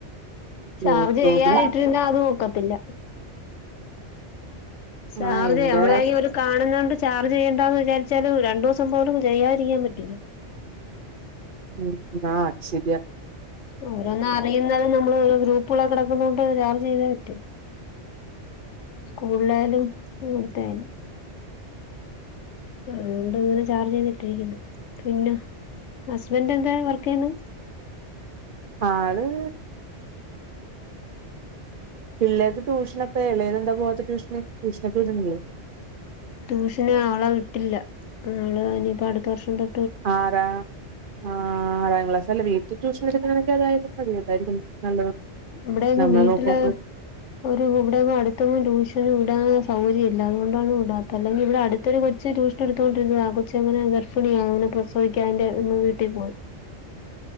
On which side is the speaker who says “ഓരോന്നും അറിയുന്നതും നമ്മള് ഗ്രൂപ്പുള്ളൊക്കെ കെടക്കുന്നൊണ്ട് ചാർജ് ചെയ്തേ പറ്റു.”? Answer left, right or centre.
Left